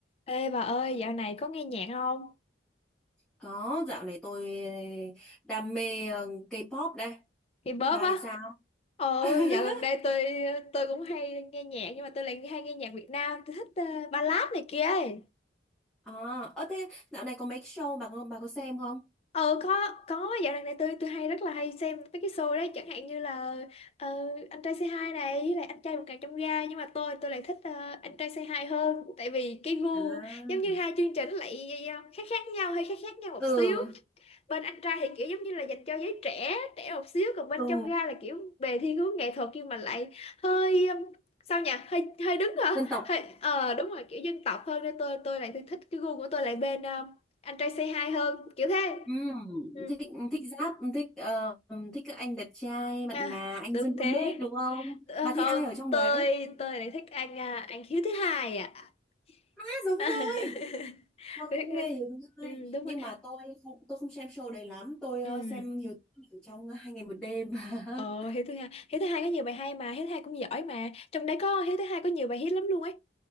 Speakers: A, on the left; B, in the centre.
A: Ê bà ơi, dạo này có nghe nhạc không?
B: Có, dạo này tôi đam mê ờ, K-pop đây.
A: K-pop
B: Bà
A: á.
B: thì sao?
A: Ờ,
B: <laughs>
A: dạo gần đây tôi tôi cũng hay nghe nhạc nhưng mà tôi lại hay nghe nhạc Việt Nam, tôi thích ờ, ballad này kia ấy.
B: À, ơ thế dạo này có mấy cái show bà có, bà có xem không?
A: Ờ có có dạo gần đây tôi tôi hay rất là hay xem mấy cái show đấy chẳng hạn như là ờ, anh trai Say Hi này với lại anh trai vượt ngàn chông gai nhưng mà tôi tôi lại thích ờ, anh trai Say Hi hơn tại vì cái gu
B: À.
A: giống như hai chương trình lại ờ, khác khác nhau hơi khác khác nhau một
B: Ừ,
A: xíu bên anh trai thì kiểu giống như là dành cho giới trẻ trẻ một xíu còn bên
B: ừ,
A: trong ga là kiểu về thiên hướng nghệ thuật nhưng mà lại hơi um, sao nhỉ hơi hơi đứng hả
B: dân tộc.
A: hơi ờ đúng rồi kiểu dân tộc hơn nên tôi tôi lại thích cái gu của tôi lại bên um, anh trai say hi hơn kiểu thế
B: Ừ,
A: ừ.
B: thích thích rap, thích ờ, thích các anh đẹp trai mặn
A: à,
B: mà, anh
A: đúng
B: Dương Domic
A: thế
B: đúng không?
A: Ờ,
B: Bà thích
A: không
B: ai ở trong
A: tôi
B: đấy?
A: tôi lại thích anh à, anh Hiếu thứ hai ạ
B: À, giống
A: <laughs> Tôi
B: tôi Tôi
A: thích-
B: cũng
A: anh-
B: mê Hiếu Tươi
A: ừ, đúng
B: nhưng
A: rồi
B: mà tôi không tôi không xem show đấy lắm tôi ờ,
A: ừ.
B: xem Hiếu Tươi ở trong hai ngày một đêm <laughs>
A: ờ Hiếu thứ hai Hiếu thứ hai có nhiều bài hay mà Hiếu thứ hai cũng giỏi mà trong đấy có Hiếu thứ hai có nhiều bài hit lắm luôn ấy